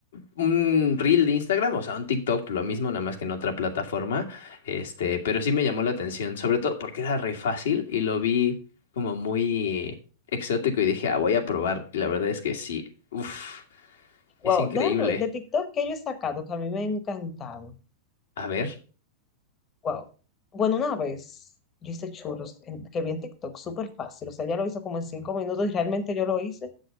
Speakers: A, on the left (about 80°); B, on the left (about 25°).
A: un reel de Instagram, o sea, un TikTok, lo mismo, nada más que en otra plataforma, este, pero sí me llamó la atención, sobre todo porque era re fácil y lo vi como muy exótico y dije, ah, voy a probar. Y la verdad es que sí, uff, es
B: Wow,
A: increíble.
B: déjame ver, de TikTok que yo he sacado, que a mí me ha encantado.
A: A ver.
B: Wow. Bueno, una vez yo hice churros en- que vi en TikTok, súper fácil. O sea, ella lo hizo como en cinco minutos y realmente yo lo hice